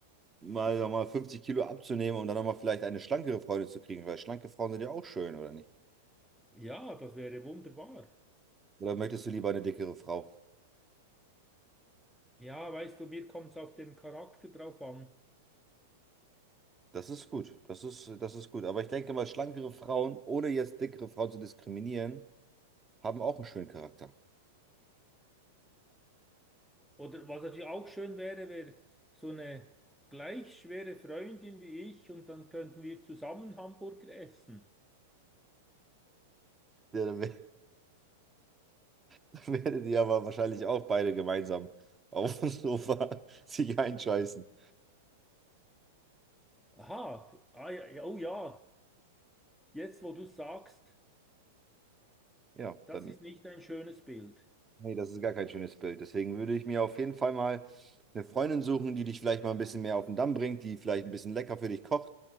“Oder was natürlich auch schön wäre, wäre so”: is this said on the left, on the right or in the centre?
Centre